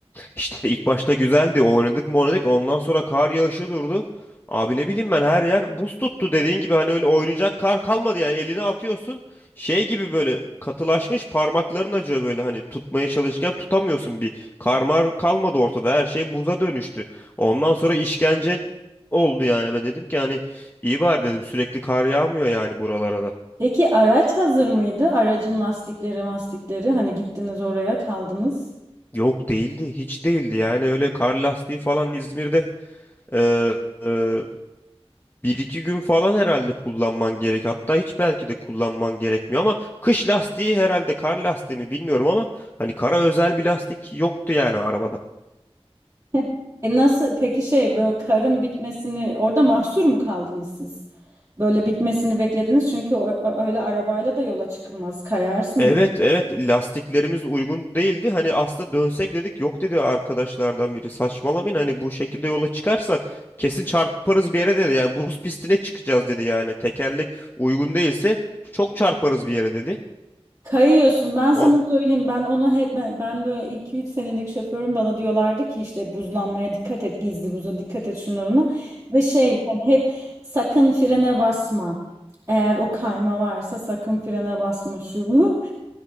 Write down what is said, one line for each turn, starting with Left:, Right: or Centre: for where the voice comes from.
Left: İşte ilk başta güzeldi. Oynadık mı oynadık. Ondan sonra kar yağışı durdu. Abi ne bileyim ben her yer buz tuttu dediğin gibi hani öyle oynayacak kar kalmadı yani eline atıyorsun şey gibi böyle katılaşmış parmakların acıyor böyle hani tutmaya çalışırken tutamıyorsun bir karmar kalmadı ortada her şey buza dönüştü ondan sonra işkence oldu yani ben dedim ki hani iyi bari dedim sürekli kar yağmıyor yani buralara da
Right: Peki araç hazır mıydı? Aracın lastikleri, mastikleri. Hani gittiniz oraya kaldınız.
Left: yok değildi hiç değildi yani öyle kar lastiği falan İzmir'de e, e, Bir iki gün falan herhalde kullanman gerek. Hatta hiç belki de kullanman gerekmiyor ama kış lastiği herhalde kar lastiği mi bilmiyorum ama hani kara özel bir lastik yoktu yani arabada.
Right: <laughs> E nasıl? Peki şey böyle karın bitmesini orada mahsur mu kaldınız siz? Böyle bitmesini beklediniz çünkü o- o- öyle arabayla da yola çıkılmaz. Kayarsınız.
Left: Evet evet lastiklerimiz uygun değildi. Hani aslında dönsek dedik yok dedi arkadaşlardan biri saçmalamayın hani bu şekilde yola çıkarsak kesin çarparız bir yere dedi. Yani buz pistine çıkacağız dedi yani tekerlek uygun değilse çok çarparız bir yere dedi.
Right: Kayıyorsun. Ben sana
Left: O-
Right: söyleyeyim. Ben ona hep ben ben böyle iki üç senelik şoförüm bana diyorlardı ki işte buzlanmaya dikkat et, gizli buza dikkat et şuna buna. Ve şey hani hep sakın frene basma. Eğer o kayma varsa sakın frene basma şu bu.